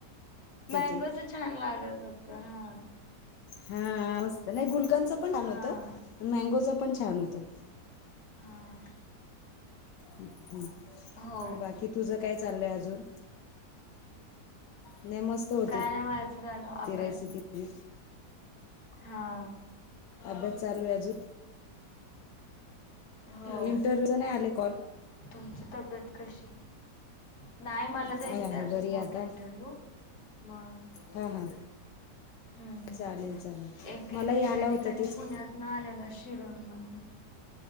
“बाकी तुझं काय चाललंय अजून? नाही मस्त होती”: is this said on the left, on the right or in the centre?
Left